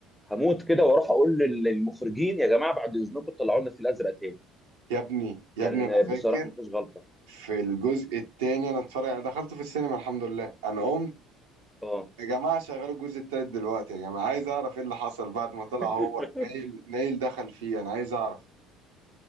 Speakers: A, in the centre; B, on the right.
A: هموت كده واروح اقول لل- للمخرجين يا جماعه بعد اذنكم طلعوا لنا الفيل الازرق تاني
B: يا ابني يا
A: كان
B: ابني أنا فاكر
A: بصراحه ما فيهوش غلطه
B: في الجزء التاني أنا اتفرج أنا دخلت في السينما الحمد لله أنا قمت
A: اه
B: يا جماعة شغلوا الجزء التالت دلوقتي يا جماعة عايز أعرف إيه اللي حصل بعد ما طلع
A: <laughs>
B: هو نايل نايل دخل فيه أنا عايز أعرف